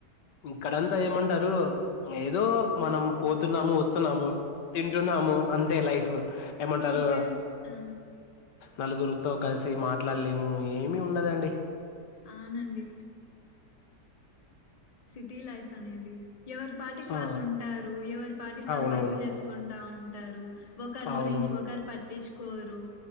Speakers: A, on the left (about 80°); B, on the left (about 30°).
A: ఇక్కడంతా ఏమంటారు ఏదో మనం పోతున్నాము వస్తున్నాము తింటున్నా ము అంతే లైఫ్ ఏమంటారు
B: ఇక్కడ ఆ
A: నలుగురు తో కలిసి మాట్లాడలేము ఏమి ఉండదండి.
B: అవునండి టి లైఫ్ అనేది ఎవరి పాటికి
A: ఆ!
B: వాళ్ళు ఉంటారు ఏ పాటికి వాళ్ళు
A: అవునవును.
B: వర్క్ చేసుకుంటా ఉంటారు ఒకరు
A: అవునవును.
B: గురించి ఒకరు పట్ టీచుకోరు